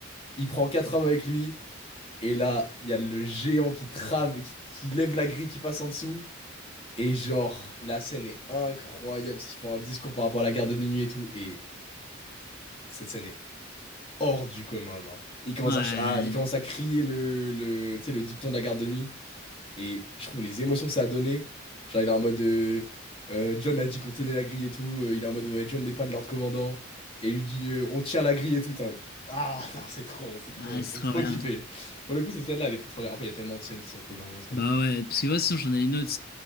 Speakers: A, on the left (about 30°); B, on the left (about 50°).
A: Il prend quatre hommes avec lui, et là, il y a le géant qui trave, qui, qui lève la grille, qui passe en dessous. Et genre, la scène est incroyable, parce qu'ils font un discours par rapport à la garde de nuit et tout, et cette scène est hors du commun, genre. Il commence
B: Ouais.
A: à, ch- à- il commence à crier le, le, tu sais, le dicton de la garde de nuit. Et je trouve les émotions que ça a donné. Genre, il est en mode. euh, euh, John a dit qu'on tenait la grille et tout. euh, il est en mode, ouais, John n'est pas le Lord Commandant. Et il lui dit, euh, on tient la grille et tout. T'es en mode, ah <laughs> non, c'est trop, c'est trop,
B: Ah, c'est
A: c'est
B: trop
A: trop
B: bien.
A: kiffé. Pour le coup, cette scène-là, elle était trop bien. Après, il y a tellement de scènes qui sont cool dans Game of Thrones.
B: Bah ouais. Parce que moi, sinon, j'en ai une autre.